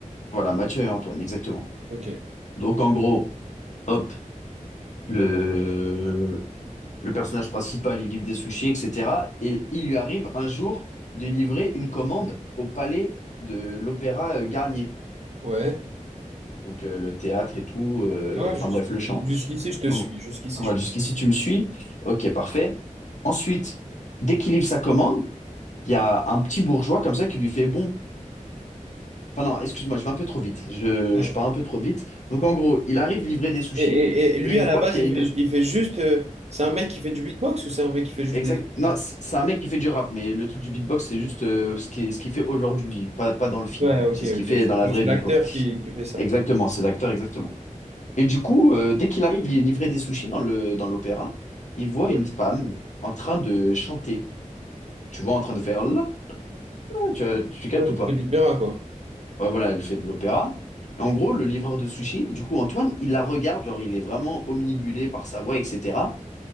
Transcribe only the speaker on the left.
Voilà, Mathieu et Antoine, exactement.
Donc en gros, hop, le le personnage principal, il livre des sushis, etc. Et il lui arrive un jour de livrer une commande au palais de l'Opéra euh, Garnier.
Donc euh, le théâtre et tout, euh,
enfin
bref, le chant.
Donc,
voilà,
jusqu'ici, tu me suis. Ok, parfait. Ensuite, dès qu'il livre sa commande, il y a un petit bourgeois comme ça qui lui fait bon. Enfin, non, excuse-moi, je vais un peu trop vite. Je,
je pars un peu trop vite. Donc, en gros, il arrive livrer des sushis
et il
voit
qu'il
y a une.
Exact.
Non, c'est c'est un mec qui fait du rap, mais le truc du beatbox, c'est juste euh, ce qui, ce qu'il fait aujourd'hui, pas, pas dans le film.
C'est ce qu'il
fait dans la
vraie
vie, quoi.
Exactement, c'est l'acteur, exactement. Et du coup, euh, dès qu'il arrive li- livrer des sushis dans le, dans l'opéra, il voit
une femme en train de chanter. Tu vois en train de faire là, là tu, tu captes
ou
pas?
Ouais, voilà, elle fait de l'opéra. Et En gros, le livreur de sushi, du coup, Antoine, il la regarde, genre, il est vraiment omnibulé par sa voix, etc.